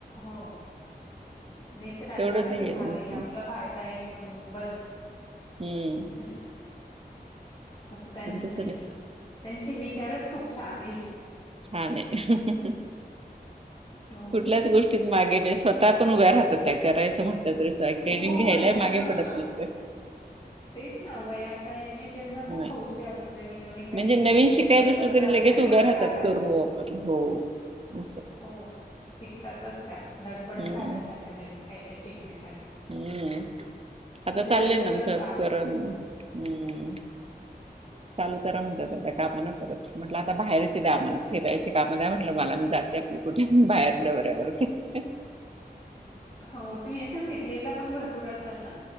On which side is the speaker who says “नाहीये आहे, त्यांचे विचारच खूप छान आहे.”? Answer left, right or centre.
Left